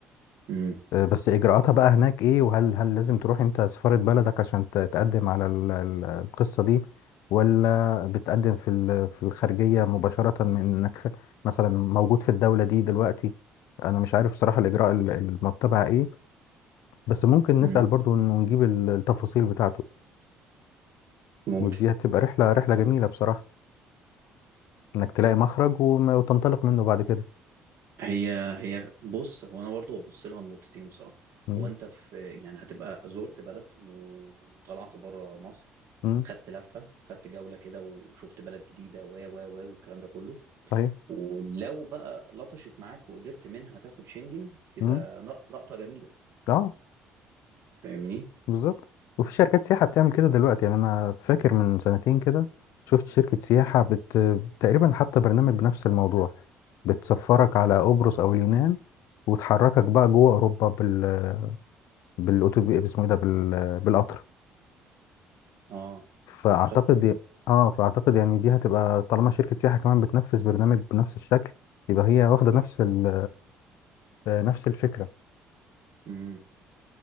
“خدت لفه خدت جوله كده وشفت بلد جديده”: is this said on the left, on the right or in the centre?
Right